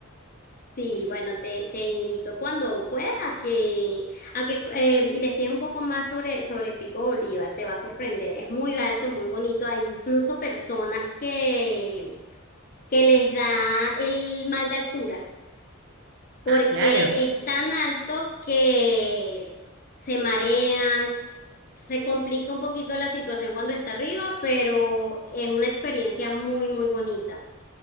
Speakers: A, on the left; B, on the right.
A: sí, bueno, te, te invito cuando puedas a que, a que eh, investigues un poco más sobre, sobre el Pico Bolívar, te va a sorprender, es muy alto, muy bonito, hay incluso personas que, que les da el mal de altura, porque
B: Ah, claro. Sí,
A: es tan
B: sí.
A: alto que se marean, se complica un poquito la situación cuando está arriba, pero es una experiencia muy, muy bonita.